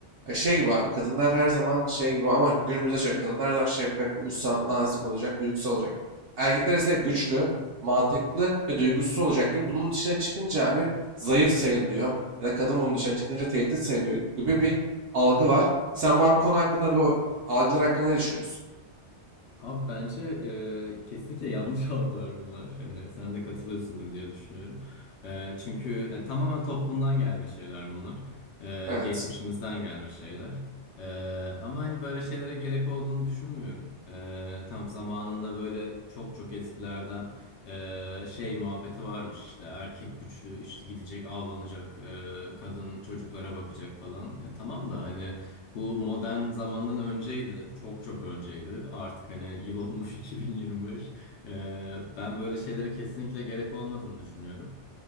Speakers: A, on the right; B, on the left.
A: Ya şey gibi abi kadınlar her zaman şey gibi ama günümüzde şöyle kadınlar her zaman şefkatli, uysal, nazik olacak, duygusal olacak. Erkekler ise
B: hı
A: güçlü
B: hı.
A: mantıklı ve duygusuz olacak gibi bunun dışına çıkınca abi zayıf sayılıyor ya da kadın bunun dışına çıkınca tehdit sayılıyor gibi bir algı var. Sen bu konu hakkında bu algılar hakkında ne düşünüyorsun?
B: Abi bence e, kesinlikle yanlış <laughs> algılar bunlar. Hani sen de katılıyorsundur diye düşünüyorum. E, çünkü e, tamamen toplumdan gelme şeyler bunlar. E,
A: Evet,
B: geçmişimizden gelme şeyler. E, ama hani böyle şeylere gerek olduğunu düşünmüyorum. E, tam zamanında böyle çok çok eskilerden e, şey muhabbeti varmış işte erkek güçlü işte gidecek avlanacak e, kadın çocuklara bakacak falan. Ya tamam da hani. Bu modern zamandan önceydi. Çok çok önceydi. Artık hani yıl olmuş <laughs> 2025. Ee, ben böyle şeylere kesinlikle gerek olmadığını düşünüyorum.